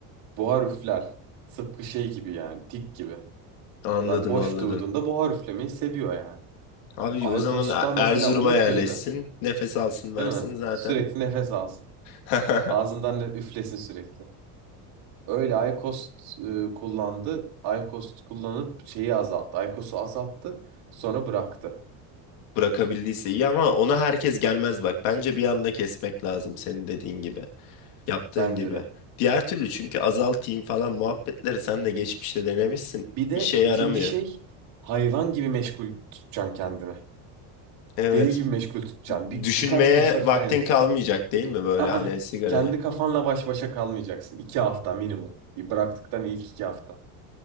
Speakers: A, on the right; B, on the left.
A: buhar üfler. Tıpkı şey gibi yani tik gibi.
B: anladım
A: Adam boş
B: anladım.
A: durduğunda buhar üflemeyi seviyor yani.
B: Abi
A: Aykos'ta
B: o zaman Er-
A: mesela
B: Erzurum'a
A: onu
B: yerleşsin,
A: kırdı,
B: nefes alsın versin
A: değil mi?
B: zaten.
A: Sürekli nefes alsın.
B: <laughs>
A: Ağzından ne üflesin sürekli. Öyle Aykost e, kullandı. Aykost kullanıp şeyi azalttı. Aykos'u azalttı. Sonra bıraktı.
B: Bırakabildiyse iyi ama ona herkes gelmez bak. Bence bir anda kesmek lazım senin dediğin gibi, yaptığın
A: Bence
B: gibi.
A: de.
B: Diğer türlü çünkü azaltayım falan muhabbetleri sen de geçmişte denemişsin.
A: Bir de
B: İşe yaramıyor.
A: ikinci şey hayvan gibi meşgul tutacaksın kendini.
B: Evet,
A: Deli gibi meşgul tutacaksın. Bir,
B: Düşünmeye
A: birkaç kursa falan
B: vaktin
A: yazacaksın.
B: kalmayacak değil mi böyle
A: Aa,
B: hani sigarayı?
A: kendi kafanla baş başa kalmayacaksın. İki hafta minimum. Bıraktıktan ilk iki hafta.